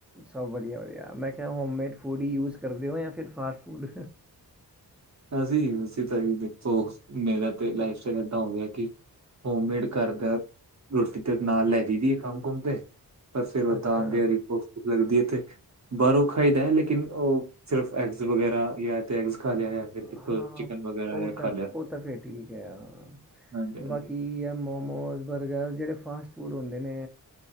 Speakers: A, in the centre; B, on the right.
A: ਸਭ ਵਧੀਆ-ਵਧੀਆ, ਮੈਂ ਕਿਹਾ ਹੋਮੇਡ ਫੂਡ ਹੀ ਯੂਜ਼ ਕਰਦੇ ਹੋ ਜਾਂ ਫਿਰ ਫਾਸਟ ਫੂਡ?
B: ਅਸੀਂ ਯੂਜ ਕੀਤਾ ਫੋਗ ਮੇਰਾ ਤੇ ਲਾਈਫ ਸਟਾਈਲ ਏਦਾਂ ਹੋ ਗਿਆ ਕਿ ਹੋਮਮੇਡ ਘਰਦਾ ਰੋਟੀ ਤੇ ਨਾਲ ਲੈ ਜਾਈ ਦੀ ਹੈ ਕੰਮ-ਕੁਮ ਤੇ ਪਰ ਫਿਰ ਉਦਾਂ
A: ਅੱਛਾ
B: ਦੇ ਦਿਹਾੜੀ ਭੁੱਖ-ਭੁੱਖ ਲੱਗਦੀ ' ਬਾਹਰੋਂ ਉਹ ਖਾਈਦਾ ਹੈ, ਲੇਕਿਨ ਉਹ ਸਿਰਫ ਐਗਜ਼ ਵਗੈਰਾ ਜਾਂ ਐਗਜ਼ ਖਾ ਲਿਆ ਜਾਂ ਫਿਰ ਕਿਥੋਂ
A: ਹਾਂ-ਹਾਂ
B: ਚਿਕਨ ਵਗੈਰਾ
A: ਉਹ
B: ਜਾਂ
A: ਤਾਂ
B: ਖਾ ਲਿਆ
A: ਉਹ ਤਾਂ ਫੇਰ ਠੀਕ ਹੈ ਹਾਂ
B: ਹਾਂਜੀ ਹਾਂਜੀ।
A: ਬਾਕੀ ਇਹ ਮੋਮੋਸ ਬਰਗਰ ਜਿਹੜੇ ਫਾਸਟ ਫੂਡ ਹੁੰਦੇ ਨੇ